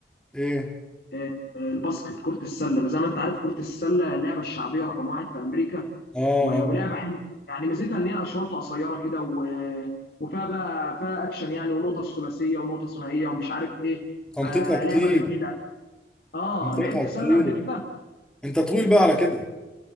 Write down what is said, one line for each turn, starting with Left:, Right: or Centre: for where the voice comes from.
Centre: ايه
Left: آه، آه، الباسكت كره السله زي ما انت عارف كره السله اللعبه الشعبيه رقم واحد في امريكا
Centre: اه
Left: و-
Centre: اه
Left: ولعبه حلوه يعني ميزتها ان هي اشواطها قصيره كده و- وفيها بقى فيها اكشن يعني ونقطه ثلاثيه ونقطه ثنائيه ومش عارف ايه
Centre: تنطيطها
Left: فلعبه
Centre: كتير
Left: جميله اه
Centre: تنطيطها
Left: لعبت
Centre: كتير
Left: سله قبل كده
Centre: انت طويل بقى على كده